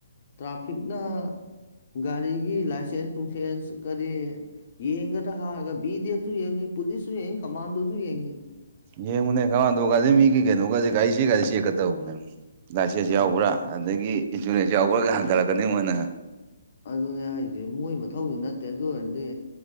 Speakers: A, on the left; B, on the right.
A: ꯇ꯭ꯔꯥꯐꯤꯛꯅ ꯒꯥꯔꯤꯒꯤ ꯂꯥꯏꯁꯦꯟꯁ ꯅꯨꯡꯁꯦꯟꯁ ꯀꯔꯤ ꯌꯦꯡꯒꯗꯔ ꯍꯥꯏꯔꯒ ꯕꯤꯄꯗꯤ ꯑꯦꯐꯁꯨ ꯌꯦꯡꯉꯤ ꯄꯨꯂꯤꯁꯁꯨ ꯌꯦꯡꯉꯤ ꯀꯃꯥꯟꯗꯣꯁꯨ ꯌꯦꯡꯉꯤ
B: ꯌꯦꯡꯉꯨꯅꯦ ꯀꯃꯥꯟꯗꯣ ꯒꯥꯏꯖꯦ ꯃꯤꯒꯤ ꯀꯩꯅꯣꯒꯖꯦ ꯒꯥꯔꯤ ꯆꯦꯒꯖꯦ ꯆꯦꯛꯀ ꯇꯧꯕꯅꯦ ꯂꯥꯏꯁꯦꯟꯁ
A: ꯎꯝ
B: ꯌꯥꯎꯕ꯭ꯔꯥ ꯑꯗꯒꯤ ꯏꯟꯁꯨꯔꯦꯟꯁ ꯌꯥꯎꯕ꯭ꯔꯥꯒ ꯍꯟꯒꯠꯂꯛꯀꯅꯤ ꯃꯣꯏꯅ
A: ꯑꯗꯨꯅꯦ ꯍꯥꯏꯁꯦ ꯃꯣꯏ ꯃꯊꯧꯁꯨ ꯅꯠꯇꯦ ꯑꯗꯨ ꯑꯣꯏꯔꯗꯤ